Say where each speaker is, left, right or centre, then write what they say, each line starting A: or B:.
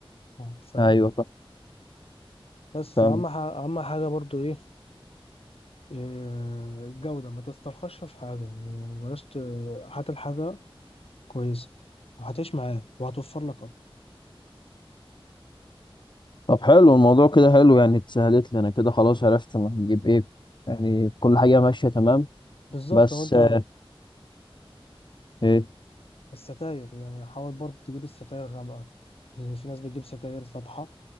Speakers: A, on the left; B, on the left.
A: آه، فاهم
B: أيوه فا-
A: بس
B: فاهم
A: فأهم ح- أهم حاجة برضو إيه إيه، الجودة ما تسترخصش في حاجة يعني بلاش ت- هات الحاجة كويسة وهتعيش معاك وهتوفر لك أكتر
B: طب حلو الموضوع كده حلو يعني اتسهلت لنا كده خلاص عرفت أنا هنجيب إيه يعني كل حاجة ماشية تمام
A: بالظبط
B: بس
A: لو أنت
B: آه، إيه؟
A: الستاير يعني حاول برضه تجيب الستاير غامقة لأن في ناس بتجيب ستاير فاتحة